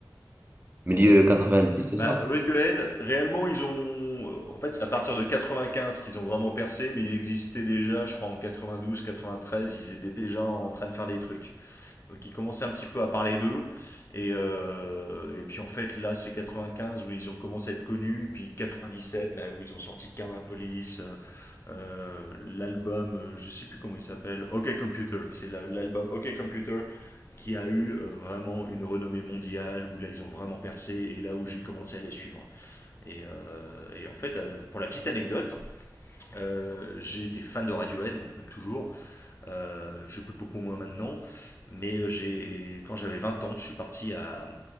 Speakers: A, on the right; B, on the left.
A: milieu 90 c'est
B: Bah,
A: ça?
B: Radiohead, réellement, ils ont. En fait, c'est à partir de 95 qu'ils ont vraiment percé, mais ils existaient déjà, je crois, en quatre-vingt-douze quatre-vingt-treize Ils étaient déjà en train de faire des trucs. euh, qui commençaient un petit peu à parler d'eux. Et, euh, et puis en fait, là, c'est 95 où ils ont commencé à être connus, puis 97, là où ils ont sorti Karma Police, euh, l'album, euh, je sais plus comment il s'appelle, OK Computer. C'est l'album OK Computer qui a eu euh, vraiment une renommée mondiale, où là, ils ont vraiment percé, et là où j'ai commencé à les suivre. Et, euh, et en fait, euh, pour la petite anecdote, euh, j'ai été fan de Radiohead, bon, même toujours. Euh, je coûte beaucoup moins maintenant, mais euh, j'ai quand j'avais 20 ans, je suis parti à